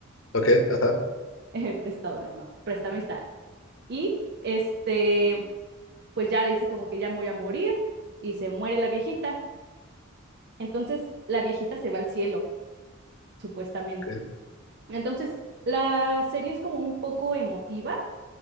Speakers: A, on the left; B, on the right.
A: Ok, ajá.
B: <laughs> eh, prestadora, no, prestamista. Y este, pues ya le dice como que ya me voy a morir y se muere la viejita. Entonces la viejita se va al cielo, supuestamente
A: ok.
B: Entonces, la serie es como un poco emotiva